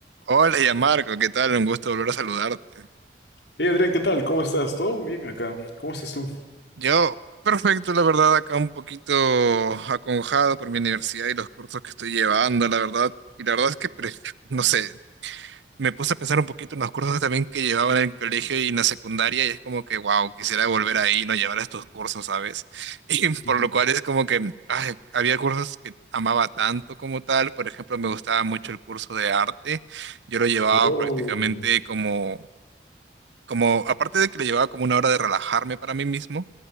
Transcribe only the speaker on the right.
Hola, ya Marco, ¿qué tal? Un gusto volver a saludarte.
Yo, perfecto, la verdad, acá un poquito aconjado por mi universidad y los cursos que estoy llevando, la verdad. Y la verdad es que, pref- no sé, me puse a pensar un poquito en los cursos también que llevaba en el colegio y en la secundaria y es como que, wow, quisiera volver ahí, no llevar estos cursos, ¿sabes? <laughs> Y por
lo cual es como que ay, había cursos que amaba tanto como tal. Por ejemplo, me gustaba mucho el curso de arte. Yo lo llevaba
prácticamente como... como, aparte de que le llevaba como una hora de relajarme para mí mismo,